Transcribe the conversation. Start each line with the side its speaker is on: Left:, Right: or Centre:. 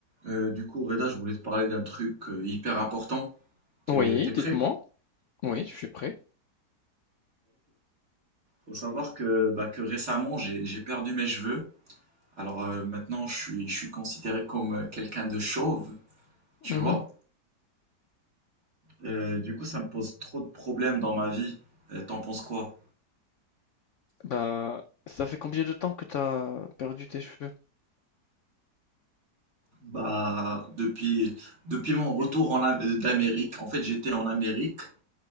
Right: Euh, du coup, Reda, je voulais te parler d'un truc euh, hyper important. T'es,
Left: Oui,
Right: t'es prêt?
Left: dites-moi. Oui, je suis prêt.
Right: Faut savoir que, bah, que récemment, j'ai, j'ai perdu mes cheveux. Alors euh, maintenant, je suis, je suis considéré comme euh, quelqu'un de chauve, tu
Left: Mmh
Right: vois? Euh, du coup, ça me pose trop de problèmes dans ma vie. Euh, t'en penses quoi?
Left: Bah, ça fait combien de temps que t'as perdu tes cheveux?
Right: Bah, depuis, depuis mon retour en Am- euh, d'Amérique, en fait, j'étais en Amérique